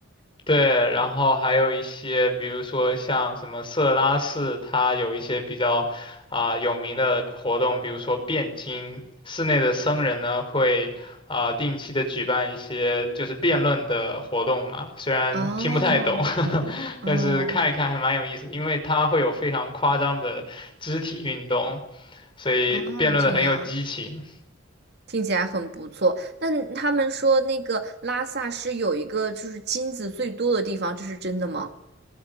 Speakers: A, on the left (about 25°); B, on the right (about 55°).
A: 对，然后还有一些，比如说像什么色拉寺，它有一些比较啊、有名的活动，比如说辩经，寺内的僧人呢会啊、定期的举办一些就是辩论的活动嘛，虽然听不太懂，
B: 哦
A: <laughs>
B: 哦
A: 但是看一看还蛮有意思的因为它会有非常夸张的肢体运动，所以辩论的很有激情。
B: 哦，这样听起来很不错。那他们说那个拉萨是有一个就是金子最多的地方，这是真的吗？